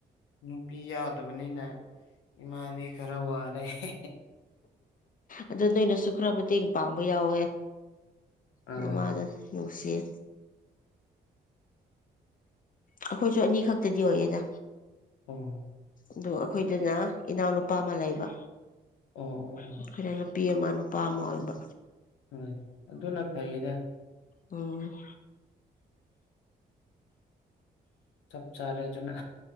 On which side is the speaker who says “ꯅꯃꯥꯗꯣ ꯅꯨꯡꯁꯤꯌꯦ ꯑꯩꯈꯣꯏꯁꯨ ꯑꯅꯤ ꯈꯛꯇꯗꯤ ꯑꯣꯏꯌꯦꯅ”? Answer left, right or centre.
Left